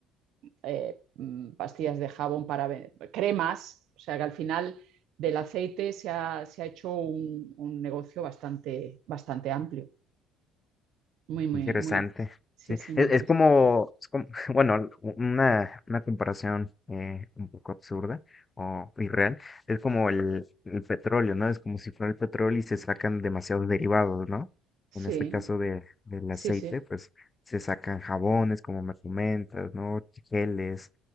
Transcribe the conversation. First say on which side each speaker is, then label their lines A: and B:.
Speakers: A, on the right (about 70°); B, on the left (about 25°).
A: eh, mm, pastillas de jabón para cremas, o sea que al final del aceite se ha, se ha hecho un, un, negocio bastante, bastante amplio, muy, muy,
B: Interesante.
A: muy, sí,
B: Sí,
A: sí, muy
B: es,
A: interesante.
B: es como, es como- <laughs> bueno, una, una comparación eh, un poco absurda o irreal. Es como el, el petróleo, ¿no? Es como si fuera el petróleo y se sacan demasiados derivados, ¿no?
A: Sí,
B: En este caso de, del
A: sí,
B: aceite,
A: sí.
B: pues se sacan jabones, como me comentas, ¿no? Geles.